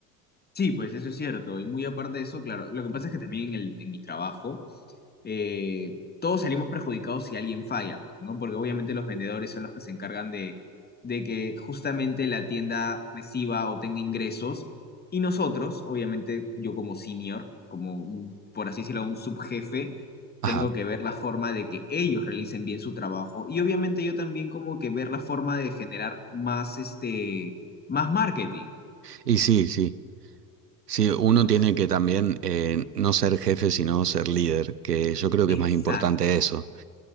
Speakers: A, on the left; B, on the right.
A: Sí, pues eso es cierto. Y muy aparte de eso, claro, lo que pasa es que también en el, en mi trabajo, eh, todos salimos perjudicados si alguien falla, pues, ¿no? Porque obviamente los vendedores son los que se encargan de, de que justamente la tienda reciba o tenga ingresos. Y nosotros, obviamente, yo como senior, como un- por así decirlo, un subjefe,
B: Ajá.
A: tengo que ver la forma de que ellos realicen bien su trabajo. Y obviamente yo también como que ver la forma de generar más, este, más marketing.
B: Y sí, sí. Sí, uno
A: Entonces,
B: tiene que también eh, no ser jefe, sino ser líder, que yo creo
A: exacto.
B: que es más importante eso.